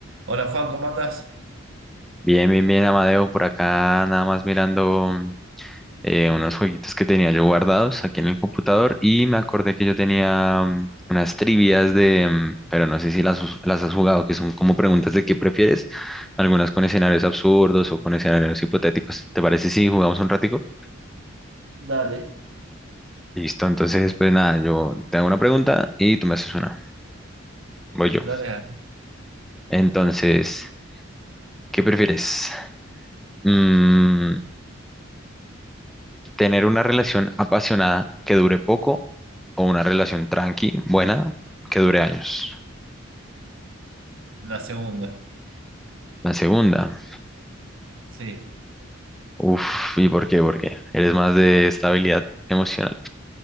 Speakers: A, on the right; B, in the centre.
A: Hola Juan, ¿cómo andás?
B: Bien, bien, bien, Amadeo, por acá nada más mirando eh, unos jueguitos que tenía yo guardados aquí en el computador y me acordé que yo tenía mm, unas trivias de, mm, pero no sé si las, us- las has jugado, que son como preguntas de qué prefieres, algunas con escenarios absurdos o con escenarios hipotéticos. ¿Te parece si jugamos un ratico?
A: Dale.
B: Listo, entonces pues nada, yo te hago una pregunta y tú me haces una. Voy yo.
A: Dale, a
B: Entonces, ¿qué prefieres? Mm, tener una relación apasionada que dure poco o una relación tranqui, buena, que dure años.
A: la segunda.
B: La segunda,
A: Sí.
B: uff, ¿y por qué? ¿Por qué? Eres más de estabilidad emocional.